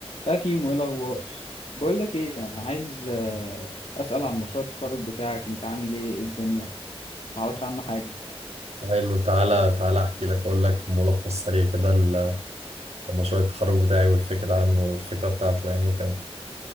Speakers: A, on the left (about 80°); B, on the right (about 85°).
A: يا كيمو ايه الاخبار بقول لك ايه انا عايز آه، اسال عن مشروع التخرج بتاعك انت عامل ايه إيه الدنيا ما اعرفش عنه حاجه
B: حلو تعالى تعالى احكي لك اقول لك ملخص سريع كده ل- لمشروع التخرج بتاعي والفكره عنه الفكره بتاعته يعني وكده